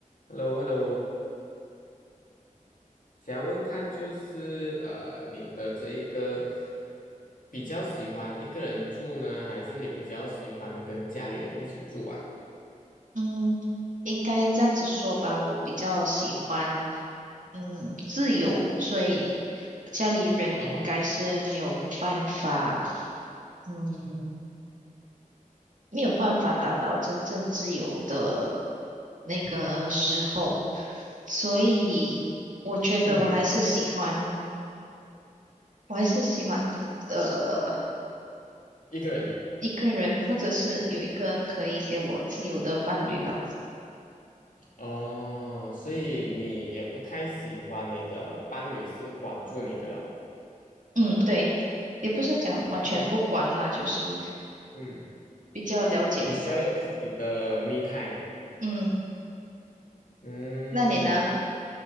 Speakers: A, on the left; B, on the right.
A: h e l l o h e l l o 想要问看就是呃，你的这一个比较喜欢一个人住呢，还是你比较喜欢跟家里人一起住啊？
B: 嗯，应该这样子说吧，我比较喜欢嗯自由，所以家里人应该是没有办法，
A: 哦，
B: 嗯，没有办法达到真正自由的那个时候，所以我觉得我还是喜欢，
A: 嗯，
B: 我还是喜欢呃
A: 一个人。
B: 一个人，或者是有一个可以给我自由的伴侣吧。
A: 哦，所以你也不太喜欢你的伴侣是管住你的了。
B: 嗯，对，也不是讲完全不管啦，
A: 哦，
B: 就是
A: 嗯，
B: 比较了解我的。
A: 你需要有自己的 me time。
B: 嗯。
A: 嗯，
B: 那你呢？